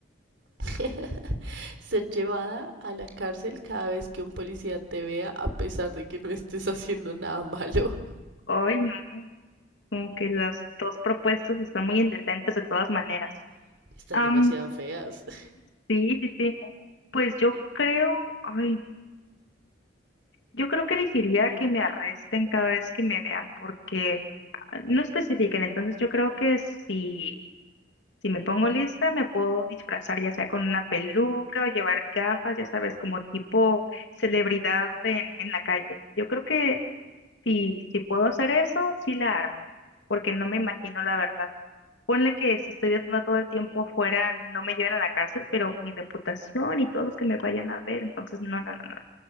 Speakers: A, on the right; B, on the left.
A: <laughs> ser llevada a la cárcel cada vez que un policía te vea a pesar de que no estés haciendo nada malo?
B: Ay, no, como que las dos propuestas están muy indecentes de todas maneras.
A: <laughs> Están
B: Am,
A: demasiado feas. <laughs>
B: sí, sí, sí. Pues yo creo, ay. Yo creo que elegiría que me arresten cada vez que me vean porque ah, no especifican, entonces yo creo que si, si me pongo lista me puedo disfrazar ya sea con una peluca o llevar gafas, ya sabes, como tipo celebridad en, en la calle. Yo creo que si, si puedo hacer eso, sí la armo, porque no me imagino la verdad. Ponle que si estoy desnuda todo el tiempo afuera, no me lleven a la cárcel, pero mi reputación y todos los que me vayan a ver, entonces no, no, no, no.